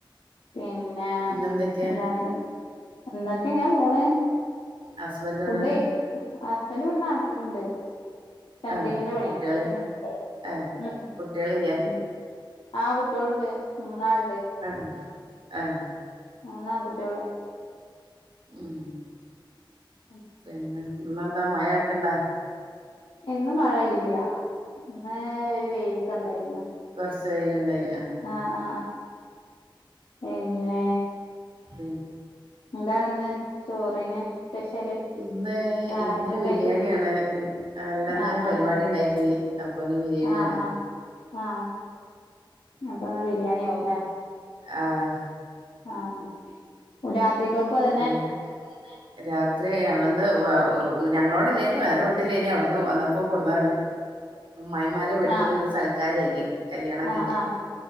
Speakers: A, on the left; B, on the right.
A: പിന്നെ
B: പിന്നെന്തൊക്കെയാ
A: എന്താണ് എന്തൊക്കെ ഇങ്ങനെ പോണ്
B: ഹസ്ബൻഡ്
A: ഫുഡ്
B: എവിടേണ്
A: ഹസ്ബൻഡ് ഇവിടെ നാട്ടിലെണ്ട് ചണ്ടിങ്ങിന്റെ
B: ആഹ്
A: പണിയാ
B: കുട്ടികള്
A: ഉം
B: ആഹ്
A: ഉം
B: കുട്ടികളില്ലേ
A: ഉം ആഹ് കുട്ട്യോളിണ്ട് മൂന്നാളിണ്ട്
B: ആഹ് ആഹ്
A: മൂന്നാൺകുട്ട്യോള്
B: ഉം
A: ഉം
B: പിന്നെ ഇന്നെന്താ മഴേക്കെണ്ട
A: ഇന്ന് മഴ ഇല്ല്യ ഇന്ന് ഒരു വെയിലൊക്കെ ഇണ്ടായിരുന്നു.
B: കൊറച്ചു വെയിലിണ്ടായിന് ആഹ്
A: ആഹ് ആഹ് ആഹ് പിന്നേ
B: ഉം
A: എന്താണിന്ന് ചോറിന് സ്പെഷ്യല്
B: ഇന്ന്
A: ഞായറാഴ്ചൊക്കെ
B: ഇന്ന് ബിരിയാണിയാണ്
A: ആയിട്ട്
B: ഇം അല്ലെന്ന്
A: ആഹ്
B: ഒരു
A: ആഹ്
B: പരിപാടി
A: ആഹ്
B: ഉണ്ടായിരുന്നു അപ്പൊ ഇന്ന് ബിരിയാണിയാണ്
A: ആഹ് ആഹ് ആഹ് അപ്പോ ആ ബിരിയാണി ആവും അല്ലേ
B: ആഹ്
A: ആഹ് രാത്രിയക്കും അതെ
B: ആഹ് രാത്രി അന്ന് ഞങ്ങളോടല്ലേനി വേറെ വി പട്ടില്ലേനി അവിടുന്ന് വന്നപ്പോ കൂടുന്നാണ് അമ്മായിമാരെ വീട്ടിൽ
A: ആഹ്
B: ഇന്ന് സൽക്കാരായിന് കല്യാണം കഴിഞ്ഞ
A: ആഹ് ആഹ്